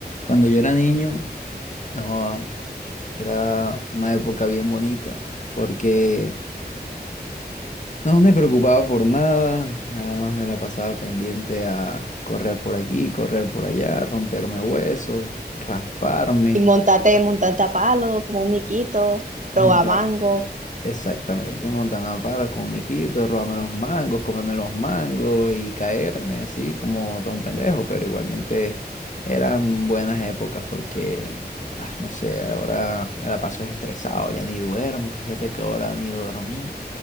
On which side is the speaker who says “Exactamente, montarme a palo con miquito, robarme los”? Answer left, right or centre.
Left